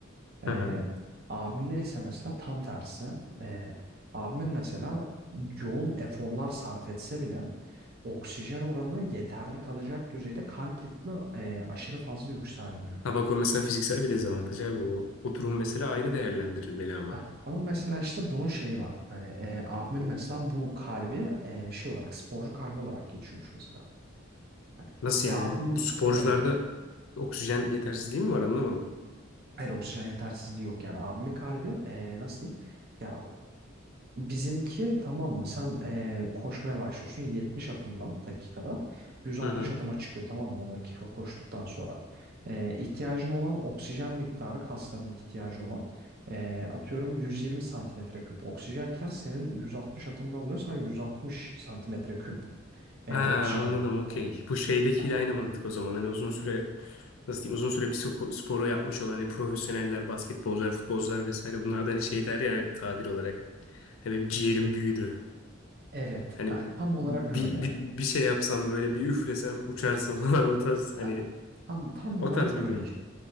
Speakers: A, on the right; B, on the left.
A: Ee,
B: Hı hı.
A: abimde ise mesela tam tersi. Ee, abimin mesela yoğun eforlar sarf etse bile oksijen oranı yeterli kalacak düzeyde kalp ritmi e, aşırı fazla yükselmiyor.
B: Ha bak o mesela fiziksel bir dezavantaj abi o, o durum mesela ayrı değerlendirilmeli ama.
A: Ha, ama mesela işte bunun şeyi var. Hani e, abimin mesela bu kalbi e, şey olarak sporcu kalbi olarak geçiyormuş mesela. Hani
B: Nasıl
A: ve
B: yani?
A: abim bunun-
B: Bu sporcularda
A: evet
B: oksijen yetersizliği mi var anlamadım.
A: hayır oksijen yetersizliği yok yani abimin kalbi e, nasıl diyeyim? Ya Bizimki tamam mı? Sen eee, koşmaya başlıyorsun 70 adımdan dakikada. 160
B: Hı hı.
A: adıma çıkıyor tamam mı 10 dakika koştuktan sonra. Eee ihtiyacın olan oksijen miktarı kasların ihtiyacı olan eee, atıyorum 120 santimetre küp oksijenken senin 160 adımdan dolayı sen 160 santimetre küp eee,
B: Ha
A: oksijen
B: anladım
A: pompalıyorsun.
B: okey. Bu şeydekiyle
A: Heh,
B: aynı mantık o zaman. Hani uzun süre nasıl diyeyim uzun süre bir spo- sporu yapmış olan hani profesyoneller, basketbolcular, futbolcular vesaire bunlar da hani şey der ya tabir olarak. Ya Benim ciğerim büyüdü.
A: Evet,
B: Hani
A: Heh,
B: bir,
A: tam olarak
B: bir,
A: öyle.
B: bir, bir şey yapsam böyle bir üflesem uçarsın <laughs> falan o tarz hani
A: Heh. Tam, tam
B: o
A: olarak
B: tarz bir
A: öyle
B: durum.
A: işte.